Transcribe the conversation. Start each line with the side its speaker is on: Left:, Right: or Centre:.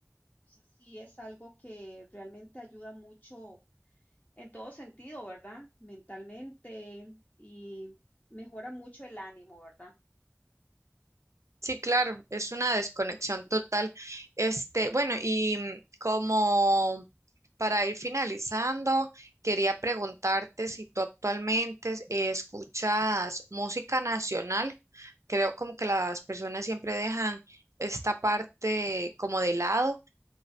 Left: Entonces sí es algo que realmente ayuda mucho en todo sentido, ¿verdad? Mentalmente y mejora mucho el ánimo, ¿verdad?
Right: Sí, claro, es una desconexión total. Este, bueno, y mm, como para ir finalizando, quería preguntarte si tú actualmente eh, escuchas música nacional. Creo como que las personas siempre dejan esta parte como de lado.